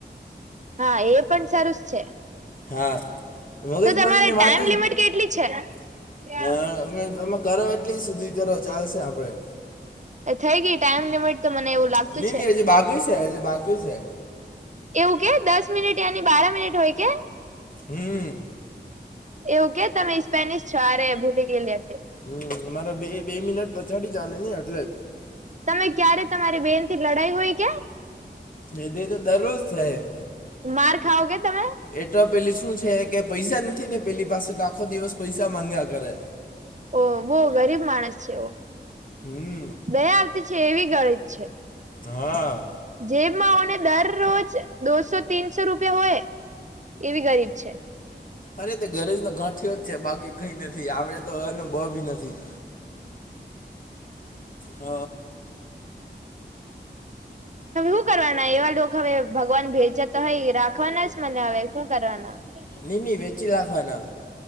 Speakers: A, on the right; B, on the left.
A: હા એ પણ સારુંસ છે.
B: હા મગજ
A: તો તમારે
B: મારીને
A: ટાઈમ
B: વાત
A: લિમિટ કેટલી છે
B: <inaudible> કરો એટલી સુધી કરો ચાલશે આપણે
A: એ થઈ ગઈ ટાઈમ લિમિટ તો મને એવું લાગતું
B: નઈ
A: છે.
B: નઈ હજી બાકી છે હજી બાકી છે
A: એવું કે દસ મિનિટ યાની બારા મિનિટ હોય કે?
B: હમ.
A: એવું કે તમે સ્પેનિશ છો અરે ભૂલી ગયેલી હતી
B: હમ અમારા બે બે મિનટ પછાડી ચાલે ની અટલે
A: તમે ક્યારે તમારી બેન થી લડાઈ હોય કે
B: નિધી તો દરરોજ થાય
A: માર ખાઓ કે તમે
B: એ તો પેલી શું છે. કે પૈસા નથી ને પેલી પાસે તો આખો દિવસ પૈસા માંગ્યા કરે
A: ઓ બો ગરીબ માણસ છે, ઓ
B: હમ
A: બે આવતી છે, એવી ગરીબ છે.
B: હા.
A: જેમાં ઓને દરરોજ દોસો તીનસો રૂપિયા હોય એવી ગરીબ છે.
B: અરે તે ઘરેજ ન ગાંઠયો જ છે, બાકી કઈ નથી આવડે તો અને બ બી નથી હ.
A: હુ કરવાના એવા લોકો હવે ભગવાન ભેજાતા હોય રાખવાના જ મને હવે હુ કરવાના <inaudible> <inaudible>
B: નઈ નઈ વેચી નાખવાના